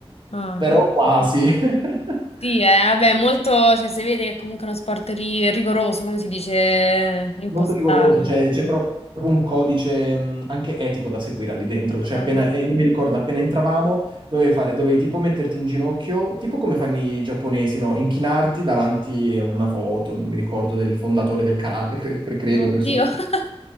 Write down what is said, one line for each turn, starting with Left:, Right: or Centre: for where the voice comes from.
Left: Ah,
Right: però
Left: ah.
Right: quasi. <laughs>
Left: sì, eh, vabbè, molto... Cioè, si vede che è comunque uno sport ri- rigoroso, come si dice, impostato.
Right: molto rigoroso, cioè c'è proprio un codice mh, anche etico da seguire lì dentro. Cioè,
Left: Ah,
Right: appena,
Left: vedi.
Right: eh, io mi ricordo, appena entravamo, dovevi fare, dovevi tipo metterti in ginocchio, tipo come fanno i giapponesi, no? Inchinarti davanti a una foto, non mi ricordo, del fondatore del karate, cre- pre- credo,
Left: Oddio.
Right: presumo.
Left: <laughs>
Right: <laughs>